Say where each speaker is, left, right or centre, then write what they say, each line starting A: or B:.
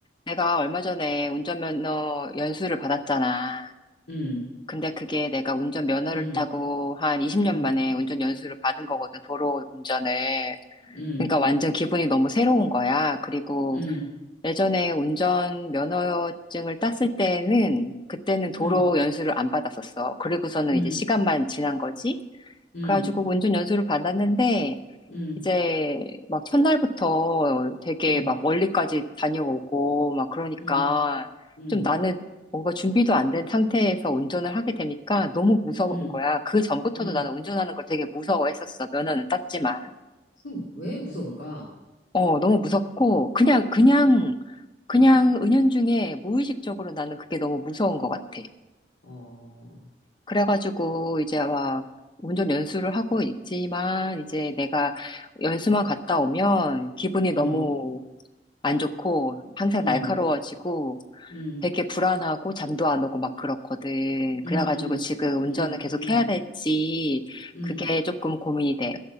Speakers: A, on the left; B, on the left.
A: 내가 얼마 전에 운전면허 연수를 받았잖아.
B: 음,
A: 근데 그게 내가 운전면허를
B: 음,
A: 따고 한 20년
B: 음,
A: 만에 운전 연수를 받은 거거든, 도로 운전을.
B: 음,
A: 그러니까 완전 기분이 너무 새로운 거야. 그리고
B: 음,
A: 예전에 운전면허증을 땄을 때는, 그때는 도로
B: 음,
A: 연수를 안 받았었어. 그리고서는
B: 음,
A: 이제 시간만 지난 거지?
B: 음,
A: 그래가지고 운전 연수를 받았는데,
B: 음,
A: 이제 막 첫날부터 되게
B: 음,
A: 막 멀리까지 다녀오고 막 그러니까
B: 음, 음,
A: 좀 나는 뭔가 준비도 안 된 상태에서 운전을 하게 되니까 너무 무서운
B: 음,
A: 거야. 그 전부터도
B: 음.
A: 나는 운전하는 걸 되게 무서워했었어. 면허는 땄지만.
B: 그럼 왜 무서울까?
A: 어, 너무 무섭고 그냥 그냥 그냥 은연중에 무의식적으로 나는 그게 너무 무서운 것 같아.
B: 어,
A: 그래가지고 이제 막 운전 연수를 하고 있지만 이제 내가 연수만 갔다 오면 기분이
B: 음,
A: 너무 안 좋고 항상
B: 음,
A: 날카로워지고
B: 음,
A: 되게 불안하고 잠도 안 오고 막 그렇거든.
B: 음,
A: 그래가지고
B: 음,
A: 지금 운전을
B: 음,
A: 계속
B: 음,
A: 해야 될지
B: 음,
A: 그게 조금 고민이 돼.